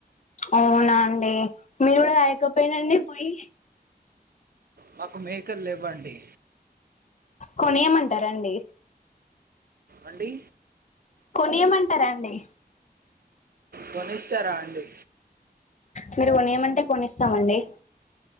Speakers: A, on the left (about 45°); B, on the right (about 65°).
A: అవునా అండి మీరు కూడా కాయకపోయినండి పోయి
B: మాకు మేకలు లేవండి
A: కొనియమంటరాండి
B: అండి
A: కొనియమంటరా అండి
B: కొనిస్తారా అండి
A: మీరు కొనియమంటే కొనిస్తామండి